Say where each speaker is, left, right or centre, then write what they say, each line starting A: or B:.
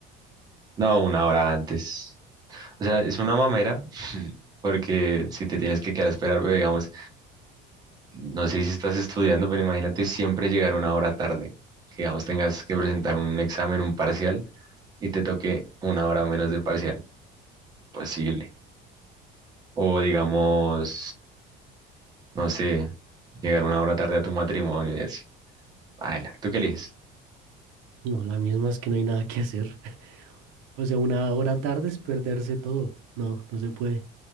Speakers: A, on the right (about 20°); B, on the right (about 80°).
A: no, una hora antes. O sea, es una mamera, porque si te tienes que quedar a esperar, pero digamos, no sé si estás estudiando, pero imagínate siempre llegar una hora tarde. Que, digamos, tengas que presentar un examen, un parcial, y te toque una hora menos de parcial. Posible. O, digamos, no sé, llegar una hora tarde a tu matrimonio y así. Baila, ¿tú qué eliges?
B: No, la misma es que no hay nada que hacer. <laughs> O sea, una hora tarde es perderse todo. No, no se puede.